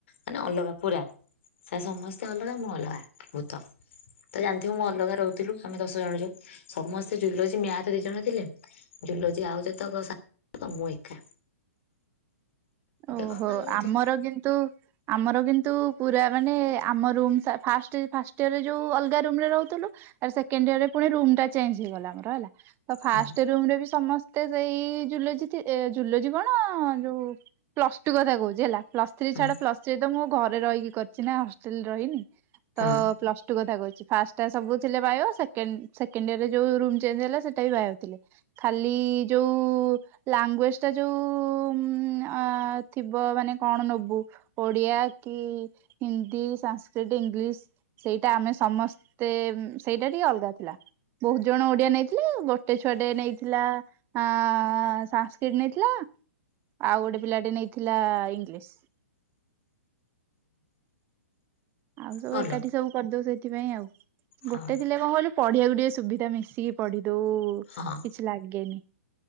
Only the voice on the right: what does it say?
ଓହୋ,
ଆମର କିନ୍ତୁ ଆମର କିନ୍ତୁ ପୁରା ମାନେ ଆମ ରୁମ୍ ପା-ଫାଷ୍ଟ, ଫାଷ୍ଟ ଇୟରରେ ଯେଉଁ ଅଲଗା ରୁମରେ ରହୁଥିଲୁ ତାର ସେକେଣ୍ଡ ଇୟର ରେ, ପୁଣି ରୁମ ଟା ଚେଞ୍ ହେଇଗଲା। ଆମର ହେଲା। ତ ଫାଷ୍ଟ
ରୁମରେ ବି ସମସ୍ତେ ସେଇ ଜୁଲୋଜି, ଥି-ଜୁଲୋଜି କଣ ଯୋଉ ପ୍ଲସ ଟୁ କଥା କହୁଛି ହେଲା, ପ୍ଲସ୍ ଥ୍ରୀ
ଛାଡା, ପ୍ଲସ୍ ଥ୍ରୀ ତ ମୁଁ ଘରେ ରହିକି କରିଛି ନା, ହଷ୍ଟେଲରେ ରହିନି। ତ
ପ୍ଲସ ଟୁ କଥା କହୁଛି। ଫାଷ୍ଟ ଟା ସବୁ ଥିଲେ ବାୟୋ ସେକେନ ସେକେଣ୍ଡ ଇୟରରେ ଯୋଉ ରୁମ ଚେଞ୍ଜ ହେଲା ସେଇଟା ବି ବାୟୋ ଥିଲା ଖାଲି ଇ ଯୋଉ ଲାଙ୍ଗୁଏଜ ଟା ଯୋଉ ଉଁ ଅ ଥିବ ମାନେ କଣ ନବୁ ଓଡିଆ କି ହିନ୍ଦୀ, ସାଂସ୍କ୍ରିଟ, ଇଂ ଗ୍ଲିସ ସେଇଟା ଆମେ ସମସ୍ତେ ଉଁ ସେଇଟା ଟିକେ ଅଲଗା ଥିଲା। ବହୁତ ଜଣ ଓଡିଆ ନେଇଥିଲେ ଗୋ ଟେ ଛୁଆଟେ ନେଇଥିଲା ଆଁ ସାଂସ୍କ୍ରିଟ ନେଇଥିଲା ଆଉ ଗୋଟେ ପିଲାଟେ ନେଇଥିଲା ଇଂଲିଶ। ଆଉ ସବୁ
ଏକାଠି ସବୁ କରିଦଉ ସେଇଥିପାଇଁ ଆଉ।
ଗୋଟେ ଥିଲେ କଣ କହିଲୁ ପଢଆକୁ ଟିକେ ସୁବିଧା ମିଶିକି ପଢି ଦଉ
କିଛି ଲାଗେନି।